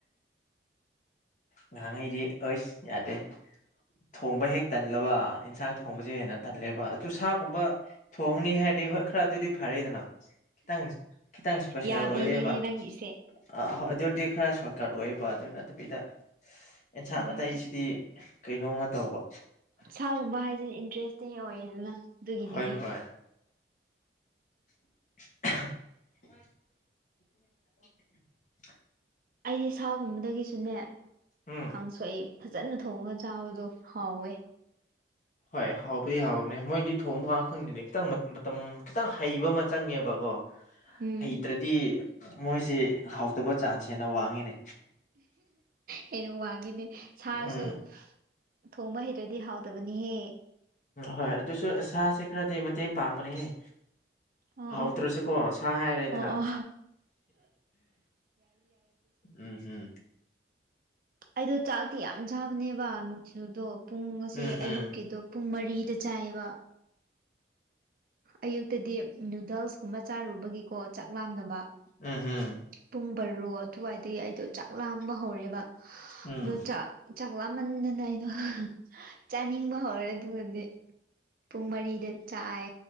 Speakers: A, on the left (about 45°); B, on the right (about 50°).
A: ꯉꯍꯥꯡꯉꯩꯗꯤ ꯑꯩꯁ ꯌꯥꯗꯦ ꯊꯣꯡꯕ ꯍꯦꯛ ꯇꯜꯂꯕ ꯏꯟꯁꯥꯡ ꯊꯣꯡꯕꯁꯦ ꯍꯦꯟꯅ ꯇꯜꯂꯦꯕ ꯑꯗꯨ ꯁꯥꯒꯨꯝꯕ ꯊꯣꯡꯅꯤ ꯍꯥꯏ ꯍ ꯈꯔ ꯑꯗꯨꯗꯤ ꯐꯔꯦꯗꯅ ꯈꯤꯇꯪ ꯈꯤꯇꯪ ꯏꯁꯄꯦꯁꯦꯜ
B: ꯌꯥꯕꯤꯅꯤꯅꯦ
A: ꯑꯣꯏꯔꯦꯕ
B: ꯅꯪꯒꯤꯁꯦ
A: ꯑ ꯍꫭ ꯑꯗꯨ ꯗꯤ ꯈꯔ ꯁꯣꯔꯠꯀꯠ ꯑꯣꯏꯌꯦꯕ ꯑꯗꯨ ꯅꯠꯇꯕꯤꯗ ꯑꯦꯟꯁꯥꯡ
B: ꯎꯝ
A: ꯑꯇꯩꯁꯤꯗꯤ ꯀꯩꯅꯣꯃ ꯇꯧꯕ
B: ꯁꯥꯒꯨꯝꯕ ꯍꯥꯏꯖꯤꯅ ꯏꯟꯇꯔꯦꯁꯇꯤ ꯑꯣꯏꯌꯦꯗꯅ ꯑꯗꯨꯒꯤꯅꯤꯅꯦ
A: ꯍꯣꯏ ꯍꯣꯏ <unintelligible>
B: ꯑꯩ ꯁꯥꯒꯨꯝꯕꯗꯒꯤꯁꯨꯅꯦ
A: ꯎꯝ
B: ꯀꯥꯡꯁꯣꯏ ꯐꯖꯅ ꯊꯣꯡꯉꯒ ꯆꯥꯕꯗꯣ ꯍꯥꯎꯋꯦ
A: ꯍꯣꯏ ꯍꯥꯎꯕꯗꯤ ꯍꯥꯎꯕꯅꯦ ꯃꯣꯏꯗꯤ ꯊꯣꯡꯕ ꯀꯟ ꯈꯪꯗꫭꯅꯦ ꯈꯤꯇꯪ ꯃꯇꯝ ꯈꯤꯇꯪ ꯍꯩꯕ ꯑꯃ ꯆꯪꯉꯦꯕꯀꯣ
B: ꯎꯝ
A: ꯍꯩꯇ꯭ꯔꯗꯤ ꯃꯣꯏꯁꯦ ꯍꯥꯎꯇꯕ ꯆꯥꯟꯁ ꯍꯦꯟꯅ ꯋꯥꯡꯉꯤꯅꯦ
B: ꯍ‌ꯦꯟꯅ ꯋꯥꯡꯉꯤꯅꯦ ꯁꯥꯁꯨ
A: ꯎꯝ
B: ꯊꯣꯡꯕ ꯍꯩꯇ꯭ꯔꯗꯤ ꯍꯥꯎꯇꯕꯅꯤꯍꯦ
A: ꯍꯣꯏ ꯑꯗꯨꯁꯨ ꯁꯥꯁꯦ ꯈꯔꯗꯤ ꯃꯇꯦꯡ ꯄꯥꯡꯕꯅꯤ ꯍ‌ꯦ
B: ꯑꯣ
A: ꯍꯥꯎꯇ꯭ꯔꯁꯨꯀꯣ
B: ꯑꯣ
A: ꯁꯥ ꯍꯥꯏꯔꯦꯗꯅ
B: ꯑꯣ ꯑꯣ
A: ꯎꯝ ꯍꯝ
B: ꯑꯗꯨ ꯆꯥꯛꯇꯤ ꯌꯥꯝ ꯆꯥꯕꯅꯦꯕ ꯅꯨꯡꯊꯤꯗꯣ ꯄꯨꯡ ꯑꯁꯦ
A: ꯎꯝ
B: ꯑꯌꯨꯛꯀꯤꯗꯣ
A: ꯎꯝ
B: ꯄꯨꯡ ꯃꯔꯤꯗ ꯆꯥꯏꯌꯦꯕ ꯑꯌꯨꯛꯇꯗꯤ ꯅꯨꯗꯜꯁꯀꯨꯝꯕ ꯆꯥꯔꯨꯕꯒꯤꯀꯣ ꯆꯥꯛ ꯂꯥꯝꯅꯕ
A: ꯎꯝ ꯍꯝ
B: ꯄꯨꯡ ꯕꯔꯣ ꯑꯗꯨꯋꯥꯏꯗꯒꯤ ꯑꯩꯗꯣ ꯆꯥꯛ ꯂꯥꯝꯕ ꯍꯧꯔꯦꯕ
A: ꯎꯝ
B: ꯑꯗꯣ ꯆꯥꯛ ꯆꯥꯛꯂꯥꯃꯟꯗꯅ ꯑꯩꯗꯣ ꯆꯥꯅꯤꯡꯕ ꯍꯧꯔ‌ꯦ ꯑꯗꯨꯒꯗꯤ ꯄꯨꯡ ꯃꯔꯤꯗ ꯆꯥꯏ